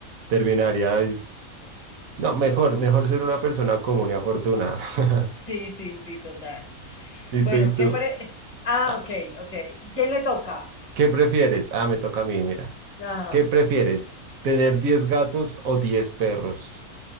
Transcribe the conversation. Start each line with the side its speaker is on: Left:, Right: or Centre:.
Right: Terminaría, es... no, mejor, mejor ser una persona común y afortunada. <laughs>
Left: <laughs> Sí, sí, sí, total.
Right: Listo,
Left: Bueno,
Right: ¿y tú?
Left: ¿qué pare... Ah,
Right: Ah,
Left: ok, ok. ¿Quién le toca?
Right: ¿qué prefieres? Ah, me toca a mí, mira.
Left: Ah,
Right: ¿Qué prefieres? ¿Tener 10 gatos o 10 perros?